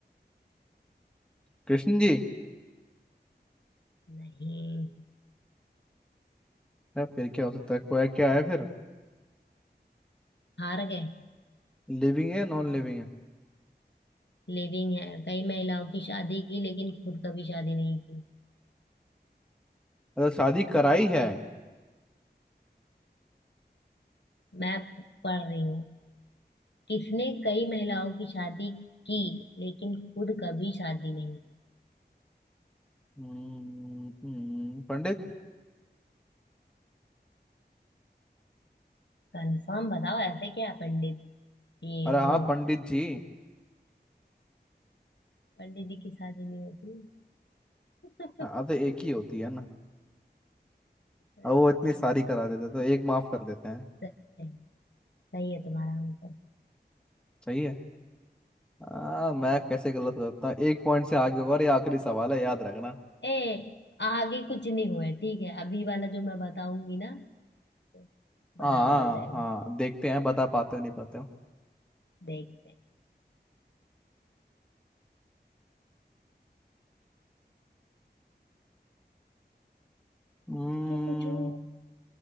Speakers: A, in the centre; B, on the left.
A: कृष्ण जी
B: नहीं
A: है, फिर क्या हो सकता है कोई क्या है फिर
B: हार गए
A: लिविंग है या नॉन लिविंग है
B: लिविंग है कई महिलाओं की शादी की लेकिन खुद कभी शादी नहीं की
A: अरे शादी कराई है
B: मैं पढ़ रही हूँ किसने कई महिलाओं की शादी की लेकिन खुद कभी शादी नहीं
A: हम्म, हम्म, पंडित
B: कंफर्म बताओ ऐसे क्या है पंडित ये
A: अरे हाँ
B: वो
A: पंडित जी
B: पंडित जी की शादी नहीं होती <laughs>
A: हाँ हाँ, तो एक ही होती है ना
B: बस
A: अब वो इतनी
B: ठीक
A: सारी
B: है
A: करा देते तो एक माफ कर देते हैं
B: सही सही है तुम्हारा आंसर
A: सही है आ,
B: हम्म।
A: मैं कैसे गलत हो सकता हूँ एक पॉइंट से आगे होगा और ये आखिरी सवाल है याद रखना
B: ए आगे कुछ नहीं हुआ है, ठीक है अभी वाला जो मैं बताऊंगी ना तो बराबर
A: हाँ
B: हो जाएगा
A: हाँ देखते हैं बता पाते हो नहीं पाते हो
B: देखते हैं
A: हम्म,
B: जो पूछो